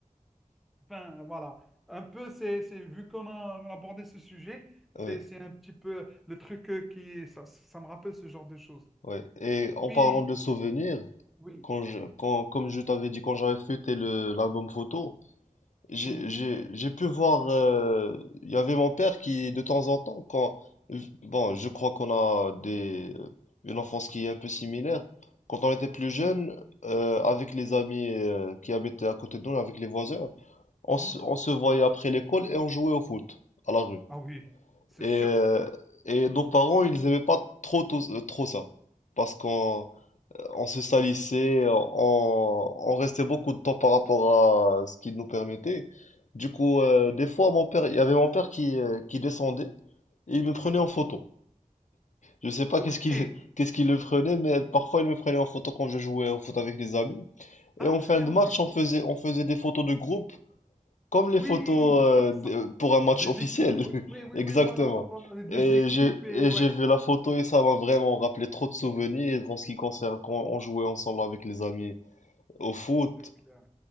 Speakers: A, in the centre; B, on the left.
A: Ben, voilà. Un peu, c'est, c'est, vu qu'on a, on a abordé ce sujet, c'est,
B: ouais,
A: c'est un petit peu le truc euh, qui... Ça, ça me rappelle ce genre de choses.
B: ouais. Et en
A: Puis,
B: parlant de souvenirs,
A: oui.
B: quand je, quand, comme je t'avais dit, quand j'avais fêté le, l'album photo, J'ai
A: Mhm,
B: j'ai- j'ai pu voir, euh, il y avait mon père qui, de temps en temps, quand, bon, je crois qu'on a des, euh, une enfance qui est un peu similaire. Quand on était plus
A: mhm,
B: jeune, euh, avec les amis euh, qui habitaient à côté de nous, avec les voisins, on
A: mhm.
B: se, on se voyait après l'école et on jouait au foot à la rue.
A: Ah oui, c'est
B: Et,
A: sûr.
B: euh, et nos parents, ils aimaient pas trop, tous- euh, trop ça. Parce qu'on on se salissait, on, on restait beaucoup de temps par rapport à ce qu'il nous permettait. Du coup, euh, des fois, mon père, il y avait mon père qui, euh, qui descendait et il me prenait
A: Ouais.
B: en photo. Je sais pas
A: Ok.
B: qu'est-ce qu'il <laughs> qu'est-ce qu'il le prenait, mais parfois il me prenait en photo quand je jouais au foot avec les amis.
A: Ah,
B: Et en
A: très
B: fin
A: bien,
B: de match,
A: ok.
B: on faisait, on faisait des photos de groupe, comme les
A: Oui,
B: photos euh,
A: ça, ça,
B: de- pour un match
A: des
B: officiel.
A: équipes. Oui,
B: <laughs>
A: oui, oui,
B: Exactement.
A: oui, voilà, voilà, voilà, les deux
B: Et
A: équipes,
B: j'ai
A: et
B: et
A: ouais,
B: j'ai vu la photo et ça m'a vraiment rappelé trop de souvenirs en ce qui concerne quand on jouait ensemble avec les amis. Au foot,
A: c'est clair.